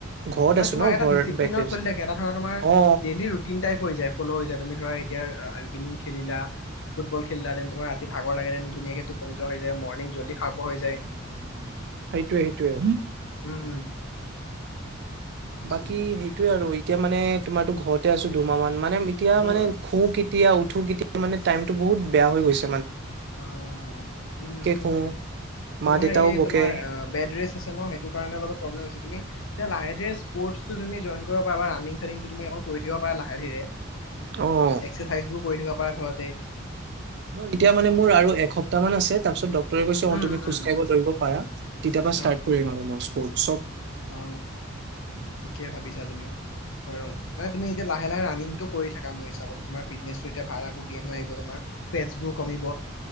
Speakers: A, on the right; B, on the left.
A: ঘৰত
B: মানে
A: আছো
B: তোমাৰ
A: ন
B: এটা
A: ঘৰত
B: ডিচিপ্লিনত
A: বেডৰেষ্ট
B: চলি থাকে এটা ধৰা তোমাৰ
A: অ।
B: ডেইলি ৰুটিন টাইপ হৈ যায়, ফল হৈ যায়, তুমি ধৰা এতিয়া <unintelligible> খেলিলা ফুটবল খেলিলা দেন তোমাৰ ভাগৰ লাগে যেন ধুনীয়াকে টোপনি যোৱা হৈ যায় মৰ্ণিং জল্দি হাৰ পোৱা হৈ যায়।
A: সেইটোয়ে সেইটোয়ে
B: উম আচ্ছা
A: বাকী সেইটোয়ে আৰু এতিয়া মানে তোমাৰতো ঘৰতে আছো দুমাহ মান মানে এতিয়া
B: উম
A: মানে খু এতিয়া উঠো কেতিয়া মানে টাইমটো বহুত বেয়া হৈ গৈছ
B: অ উম হ
A: শু
B: হ তোমাৰ
A: মা দেউতাও
B: এই
A: বকে
B: তোমাৰ বেদ ৰেচ আছে ন সেইটো কাৰনে প্ৰবলেম হৈছে তুমি এতিয়া লাহে ধীৰে স্পৰ্ট তুমি জইন কৰিব পাৰা। <unintelligible> কৰি থাকিব পাৰা লাহে ধীৰে এক্সাৰচাইজ
A: অ
B: বোৰ কৰি থাকিব পাৰা ঘৰতে।
A: অ এতিয়া মানে মোৰ আৰু এসপ্তাহ মান আছে তাৰপিছত তই কৈছ অ
B: উম
A: তুমি
B: উম
A: খোজ
B: উম
A: কাঢ়িব
B: উম
A: পাৰা তেতিয়া পা ষ্টাৰ্ট
B: অ
A: কৰিম আৰু। চ
B: অ ঠিকেই ভাবিছা। তুমি <unintelligible> মানে তুমি এতিয়াাহে লাহে ৰানিংটো কৰি থাকা মোৰ হিচাপত তোমাৰ ফিটনেছটো এতিয়া ভাল আকৌ গেইন হৈ আহিব তোমাৰ। ফেটছবোৰ কমিব।